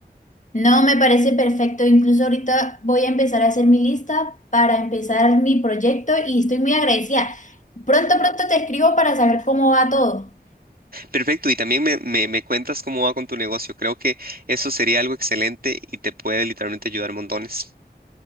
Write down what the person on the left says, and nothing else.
No, me parece perfecto. Incluso ahorita voy a empezar a hacer mi lista para empezar mi proyecto y estoy muy agradecida. Pronto, pronto te escribo para saber cómo va todo.